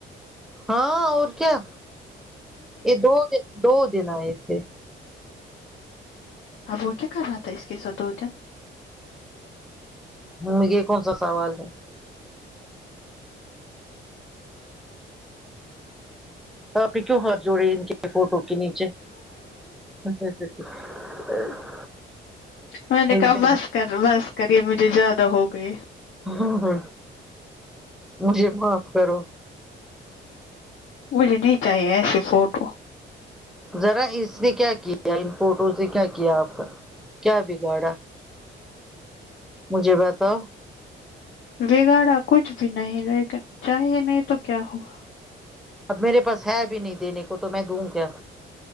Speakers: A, in the centre; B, on the left.
A: ہاں اور کیا یہ دو دن دو دن آئے تھے
B: اب وہ کیا کر رہا تھا اس کے ساتھ دو دن
A: ہوں یہ کونسا سوال ہے آپ ہی کیوں ہاتھ جوڑے ان کے فوٹو کے نیچے <unintelligible>
B: میں نے
A: مجھے
B: کہا بس کر بس کرے مجھے زیادہ ہو گئی
A: ہ ہ مجھے معاف کرو
B: مجھے نہیں چاہیے ایسے فوٹو
A: ذرا اس نے کیا کیا ان فوٹو سے کیا کیا آپ کا کیا بگاڑا مجھے بتاؤ
B: بگاڑا کچھ بھی نہیں لیکن چاہیے نہیں تو کیا ہوا
A: میرے پاس ہے بھی نہیں دینے کو تو میں دوں کیا